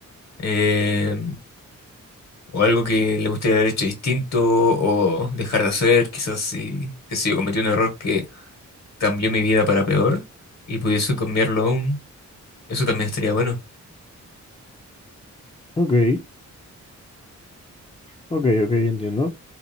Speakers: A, on the left; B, on the left.
A: eh, o algo que le gustaría haber hecho distinto o dejar de hacer, quizás si, que si yo cometí un error que cambió mi vida para peor y pudiese cambiarlo aún, eso también estaría bueno.
B: Ok, ok, ok, entiendo.